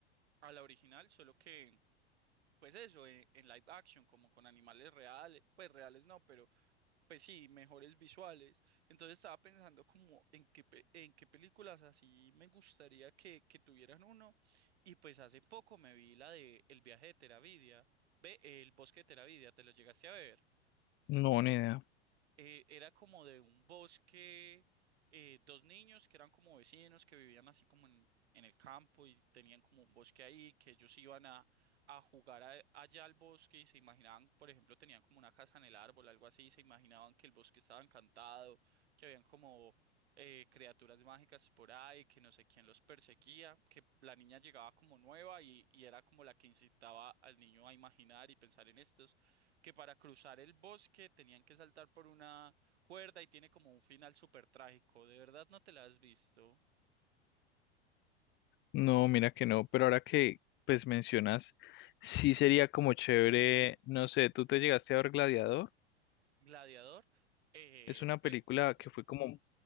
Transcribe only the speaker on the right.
a la original, solo que, pues eso, en, en live action, como con animales reales, pues reales no, pero pues sí, mejores visuales. Entonces estaba pensando como en qué, pe- en qué películas así me gustaría que, que tuvieran uno. Y pues hace poco me vi la de El viaje de Teravidia, ve, El bosque de Teravidia, ¿te lo llegaste a ver?
eh, era como de un bosque, eh, dos niños que eran como vecinos, que vivían así como en, en el campo y tenían como un bosque ahí, que ellos iban a, a jugar a- allá al bosque y se imaginaban, por ejemplo, tenían como una casa en el árbol, algo así, y se imaginaban que el bosque estaba encantado, que habían como... eh, criaturas mágicas por ahí, que no sé quién los perseguía, que la niña llegaba como nueva y, y era como la que incitaba al niño a imaginar y pensar en esto que para cruzar el bosque tenían que saltar por una cuerda y tiene como un final súper trágico. ¿De verdad no te la has visto?
Gladiador. Eh,
pues,